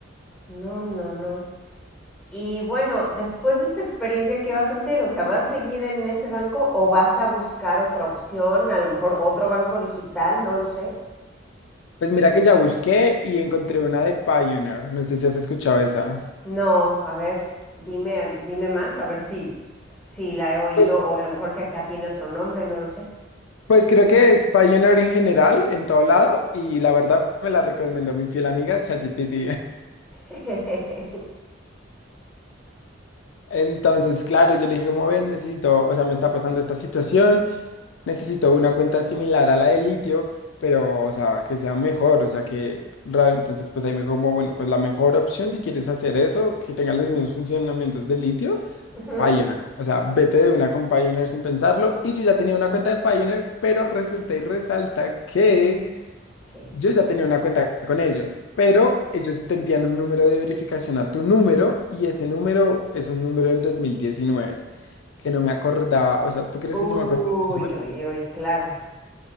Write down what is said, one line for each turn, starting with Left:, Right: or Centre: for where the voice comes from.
Centre: No, no, no. Y bueno, después de esta experiencia, ¿qué vas a hacer? O sea, ¿vas a seguir en ese banco o vas a buscar otra opción? A lo mejor otro banco digital, no lo sé.
Left: Pues mira que ya busqué y encontré una de Pioneer. No sé si has escuchado esa.
Centre: No, a ver, dime, dime más, a ver si, si la he oído
Left: Pues,
Centre: o a lo mejor si acá tiene otro nombre, no lo sé.
Left: pues creo que es Pioneer en general, en todo lado, y la verdad me la recomendó mi fiel amiga ChatGPT.
Centre: <laughs>
Left: <laughs> Entonces, claro, yo le dije, como ven, necesito, o sea, me está pasando esta situación, necesito una cuenta similar a la de litio, pero, o sea, que sea mejor, o sea, que, ra- entonces, pues ahí me dijo, como, bueno, pues la mejor opción si quieres hacer eso, que tenga los mismos funcionamientos de litio
Centre: Ujú.
Left: Pioneer. O sea, vete de una con Pioneer sin pensarlo. Y yo ya tenía una cuenta de Pioneer, pero resulta y resalta que
Centre: Ok.
Left: yo ya tenía una cuenta con ellos. Pero ellos te envían un número de verificación a tu número y ese número es un número del 2019, que no me acordaba. O sea, ¿tú crees
Centre: Uy,
Left: que yo me acuerdo de ese número?
Centre: uy, uy, claro.